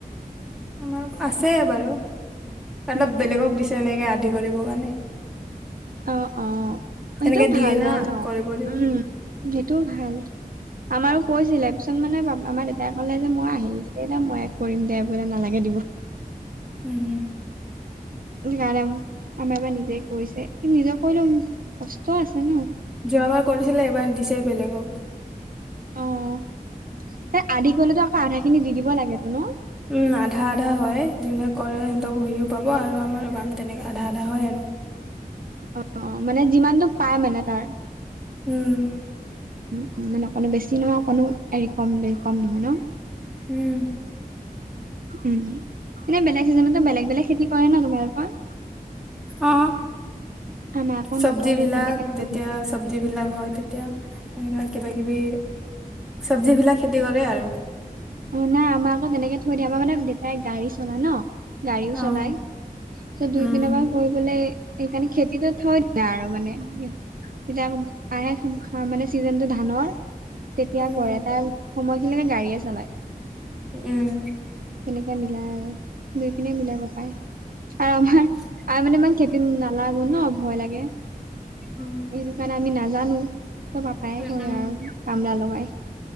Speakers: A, in the centre; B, on the right.
A: আমাৰ আছে বাৰু অলপ
B: উম
A: বেলেগক
B: উম
A: দিছে এনেকৈ আদি কৰিবৰ কাৰণে।
B: অ', অ', সেইটোও
A: তেনেকে দিয়ে
B: ভাল
A: না
B: বাৰু ন'
A: কৰিব দিব
B: উম', সেইটোও ভাল। আমাৰো কৈছিলে পিছত মানে আমাৰ দেউতাই ক'লে যে মই আহিল যেতিয়া মই কৰিম দে বোলে নালাগে দিব।
A: উম',।
B: সেইকাৰণে আমাৰ এবাৰ নিজে কৰিছে, কিন্তু নিজে কৰিলেও কষ্ট আছে ন'।
A: যোৱাবাৰ কৰিছিলে এইবাৰ দিছে বেলেগক।
B: অ', এ' আদি কৰিলেতো আকৌ আধা খিনি দি দিব লাগেতো ন'?
A: উম', আধা- আধা হয়', যোনে কৰে সিহঁতক সিউ পাব আৰু আমাৰো পাম তেনেকে আধা- আধা হয় আৰু।
B: অ মানে যিমানটো পায় মানে তাৰ।
A: উম
B: উম মানে অকণো বেছি নহয় অকণো হেৰি কম বে কম নহয় ন?
A: উম।
B: উম, এনে বেলেগ চিজনতো বেলেগ-বেলেগ খেতি কৰে ন তোমালোকৰ?
A: অঁ
B: আমাৰ আকৌ
A: চবজি
B: নকৰে
A: বিলাক
B: তেনেকে থৈ
A: যেতিয়া
B: দিয়ে
A: চবজি বিলাক হয় তেতিয়া এনেকা কিবা কিবি চবজি বিলাক খেতি কৰে আৰু।
B: অ নাই আমাৰ আকৌ তেনেকে থৈ দিয়ে, আমাৰ মানে দেউতাই গাড়ী চলাই ন। গাড়ীও
A: অ
B: চলাই, চ দুই
A: উম
B: পিনে পৰা কৰিবলে সেইকাৰণে খেতিটো থই দিয়ে আৰু মানে। তেতিয়া আকৌ আহে সা মানে চিজনটো ধানৰ তেতিয়া
A: উম
B: কৰে, তাৰ সময়খিনিলেকে গাড়ীয়ে চলায়।
A: উম।
B: তেনেকে মিলাই আৰু, দুুই পিনে মিলাই পাপায়। আৰু আমাৰ
A: <inaudible>
B: আৰু মানে ইমান খেতিত নালাগো ন ভয় লাগে।
A: উম।
B: সেইটো কাৰণে আমি নাজানোঁ। চ'ব পাপায়ে
A: উম
B: কৰে
A: উম
B: আৰু কামলা লগাই।